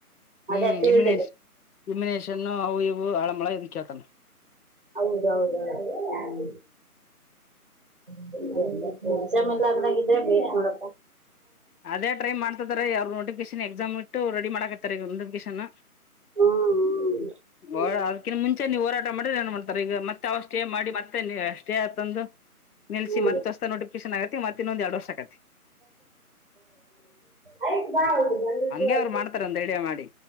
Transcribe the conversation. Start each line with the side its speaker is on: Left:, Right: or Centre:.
Left: ಹ್ಮ್
Right: ಅದೇ ಫೀಲ್ಡ್
Left: ಯಮನೇಶ್. ಇಮಿನೇಷನ್ನು ಅವು ಇವು ಆಳಮಳ ಇದ ಕೇಳ್ತಾನ.
Right: ಹೌದೌದೌದು ಹ್ಮ್. <unintelligible> ಆಗ್ಲಾಗಿದ್ರೆ ಭೇಷ್ ಮಾಡಪ್ಪ.
Left: ಅದೇ ಟ್ರೈ ಮಾಡ್ತಾರೆ ಯ ಅವ್ರರು ನೋಟಿಫಿಕೇಶನ್ ಎಕ್ಸಾಮ್ ಇಟ್ಟು ರಡಿ ಮಾಡಾಕತ್ತಾರೆ ನೋಟಿಫಿಕೇಶನ್.
Right: ಹ್ಮ್ ಹ್ಮ್
Left: ಬಳ ಅದ್ಕಿನ್ ಮುಂಚೆ ನೀವು ಹೋರಾಟ ಮಾಡಿದ್ರೆ ಏನ್ ಮಾಡ್ತಾರೆ ಈಗ ಮತ್ತ ಸ್ಟೇ ಮಾಡಿ ಮತ್ತೆ ಸ್ಟೇ ತಂದು ನಿಲ್ಸಿ
Right: ಹ್ಮ್
Left: ಮತ್ತೆ ಹೊಸ ನೋಟಿಫಿಕೇಶನ್ ಆಗತಿತ್ತೆ. ತ್ತ ಇನ್ನೊಂದು ಎರಡ ವರ್ಷ ಆಕೇತ.
Right: <inaudible> ಆಯ್ತು ಬಾ. ಬಂದಿದ್ರು
Left: ಹಂಗೆ
Right: ಆಯ್ತು.
Left: ಅವ್ರು ಮಾಡ್ತಾರ ಒಂದ್ ಐಡಿಯಾ ಮಾಡಿ.